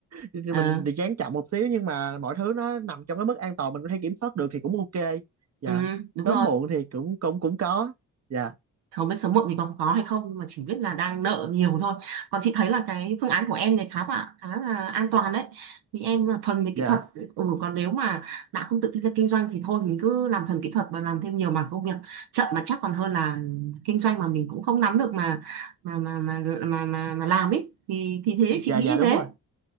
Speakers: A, on the right; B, on the right.
A: <laughs>
B: ừ,
A: Mình thì gán chậm một xíu nhưng mà mọi thứ nó nằm trong cái mức an toàn mình có thể kiểm soát được thì cũng ok.
B: <laughs>
A: Dạ,
B: ừ, đúng
A: sớm
B: rồi
A: muộn thì cũng cũng cũng có. Dạ,
B: không biết sớm muộn thì còn có hay không nhưng mà chỉ biết là đang nợ nhiều thôi còn chị thấy là cái phương án của em này khá là khá là an toàn đấy Vì em là thuần về
A: dạ.
B: kỹ thuật ừ, còn nếu mà đã không tự tin ra kinh doanh thì thôi mình cứ làm thuần kỹ thuật và làm thêm nhiều mảng công việc chậm mà chắc còn hơn là kinh doanh mà mình cũng không nắm được mà mà mà mà mà mà, mà làm ấy thì thì thế chị
A: dạ
B: nghĩ
A: dạ
B: như
A: đúng
B: thế
A: rồi